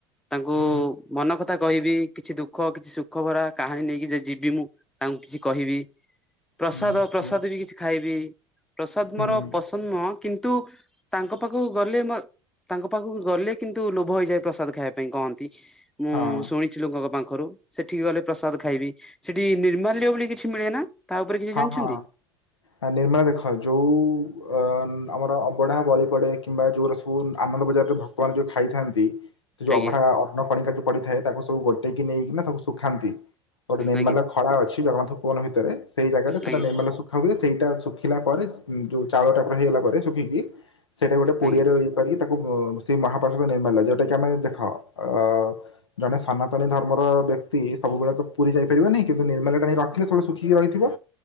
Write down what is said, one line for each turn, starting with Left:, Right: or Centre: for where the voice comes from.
Centre: ତାଙ୍କୁ
Left: ହୁଁ
Centre: ମନ କ କଥା କହିବି କିଛି ଦୁଃଖ କିଛି ସୁଖ ଭରା କାହାଣୀ ନେଇକି ଯେ ଯିବି ମୁଁ ତାଙ୍କୁ କିଛି କହିବି, ପ୍ରସାଦ
Left: ହୁଁ ନିଶ୍ଚୟ
Centre: ପ୍ରସାଦ
Left: ନିଶ୍ଚୟ
Centre: କିଛି ଖାଇବି ପ୍ରସାଦ
Left: ହୁଁ
Centre: ମୋର ପସନ୍ଦ ନୁହଁ କିନ୍ତୁ ତାଙ୍କ ପାଖକୁ ଗଲେ ମୋ ତାଙ୍କ ପାଖକୁ ଗଲେ କିନ୍ତୁ ଲୋଭ ହେଇଯାଏ ପ୍ରସାଦ ଖାଇବା ପାଇଁ କହନ୍ତି। ମୁଁ
Left: ହଁ
Centre: ଶୁଣି କିଛି ଲୋକଙ୍କ ପାଖରୁ ସେଠିକି ଗଲେ ପ୍ରସାଦ ଖାଇବି ସେଠି ନିର୍ମାଲ୍ୟ ବୋଲି କିଛି ମିଳେ ନା? ତା ଉପରେ କିଛି
Left: ହଁ
Centre: ଜାଣିଛନ୍ତି?
Left: ହଁ ନିର୍ମାଲ୍ୟ ଦେଖ ଯୋଉ ଅ ଆମର ଅବଢା ବଳି ପଡେ କିମ୍ବା ଯୋଉରା ସବୁ ଆନନ୍ଦ ବଜାରରେ ଭକ୍ତବାନ ଯୋଉ ଖାଇଥାନ୍ତି ସେ ଯଉ
Centre: ଆଜ୍ଞା
Left: ଅଭଢା ଅନ୍ନ କଣିକା ଯୋଉ ପଡିଥାଏ ତାକୁ ସବୁ ଗୋଟେଇକି ନେଇକି ନା ତାକୁ ଶୁଖାନ୍ତି। ଗୋଟେ ନିର୍ମାଲ୍ୟ
Centre: ଆଜ୍ଞା
Left: ଖଳା ଅଛି ଜଗନ୍ନାଥ ଭୁବନ ଭିତରେ ସେଇ ଜାଗାରେ ସେଟା
Centre: ଆଜ୍ଞା
Left: ନିର୍ମାଲ୍ୟ ସ ଦେଖା ହୁଏ ସେଇଟା ଶୁଖିଲା ପରେ ଯେଉଁ ଚାଉଳଟା ପ ହେଇଗଲା ପରେ ଶୁଖିକି ସେଇଟା ଗୋଟେ ପୁଡିଆ
Centre: ଆଜ୍ଞା
Left: ରେ କର ତାକୁ ସେ ମହାପ୍ରଷଦ ନିର୍ମାଲ୍ୟ ଯୋଉଟା କି ଆମେ ଦେଖ ଅ ଜଣେ ସନାତନୀ ଧର୍ମର ବ୍ୟକ୍ତି ସବୁବେଳେ ତ ପୁରୀ ଯାଇପାରିବନି କିନ୍ତୁ ନିର୍ମାଲ୍ୟ ଟା ନେଇ ରଖିଲେ ସବୁ ଶୁଖିକି ରହି ଥିବ